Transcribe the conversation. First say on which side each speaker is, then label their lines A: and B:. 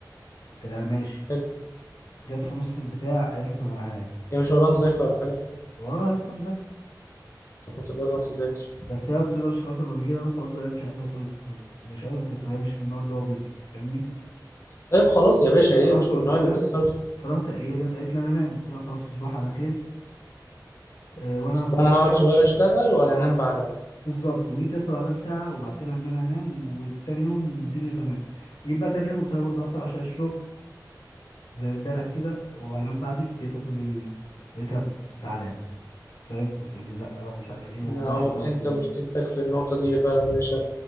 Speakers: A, on the left; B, on the left.
A: قلت لها ماشي
B: حلو
A: جت في نص البتاع قالت لي طب انا هنام
B: يعني مش وراها مذاكرة ولا حاجة
A: وراها لسه مذاكره
B: طب ما تبقى تروح تذاكر
A: بس هي ما بتقدرش خلاص لما بيجي لها نوم خلاص بقى هي مش قادره توصل مش قادره توصل هي مش من النوع اللي هو بيسهر فاهمني
B: طيب خلاص يا باشا هي
A: فرحت
B: مش
A: قلت
B: من النوع
A: لها
B: اللي بيسهر
A: فرحت هي جت قالت لي انا نايم قلت لها خلاص تصبح على خير آه، وانا هاخد
B: وانا
A: شويه
B: هقعد شويه اشتغل وهنام
A: اه
B: بعدها
A: بالظبط وجيت يا اسطى بعدها بساعه وبعت لها ان انا هنام والتاني يوم والدنيا تمام جيت بقى تاني يوم قلت لها برضه اصلا عشان الشغل زي امبارح كده وهنام بعدك لقيتها بتقول لي لقيتها زعلانه فاهم وتقول لي لا ومش عارف ايه وبراحتك
B: انا هو انت
A: و...
B: مشكلتك في النقطه دي إيه بقى يا باشا